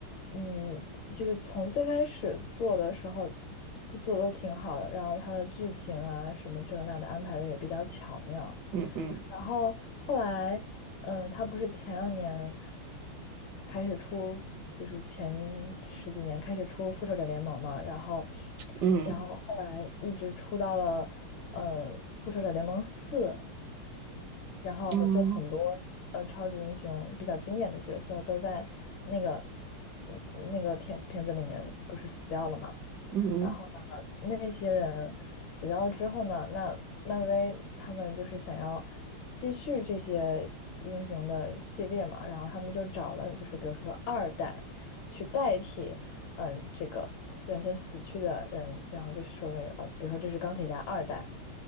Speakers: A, on the left; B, on the right.
A: 嗯，就是从最开始做的时候都做得都挺好的，然后它的剧情啊什么这个那的安排的也比较巧妙，
B: 嗯嗯
A: 然后后来，嗯、他不是前两年开始出，就是前十几年开始出《复仇者联盟》嘛，然后，
B: 嗯
A: 然后后来一直出到了呃《复仇者联盟四》，然后就很多嗯、
B: 嗯
A: 呃超级英雄比较经典的角色都在那个嗯那个片片子里面不是死掉了嘛。
B: 嗯
A: 然后呢，那些人死掉之后呢，那漫威他们就是想要继续这些英雄的系列嘛，然后他们就找了就是比如说二代去代替，嗯，这个原先死去的人，然后就是说为呃，比如说这是钢铁侠二代，